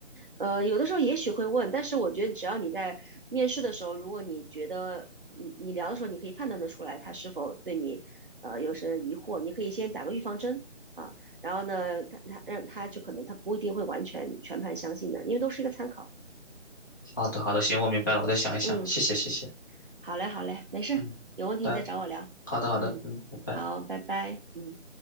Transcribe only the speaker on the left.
好的，好的，行，我明白了，我再想一想，
谢谢，谢谢，
嗯。拜。好的，好的，
嗯，拜拜。